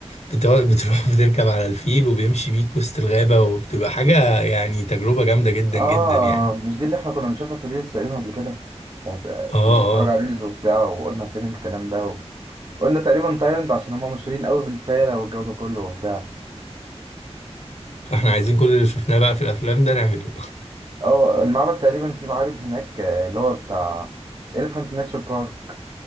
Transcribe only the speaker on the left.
بتقعد- بتروح <laughs> بتركب على الفيل وبيمشي بيك وسط الغابة وبتبقى حاجة يعني تجربة جامدة جدا
جدا يعني
اه اه
فاحنا عايزين كل اللي شفناه بقى في الافلام ده نعمله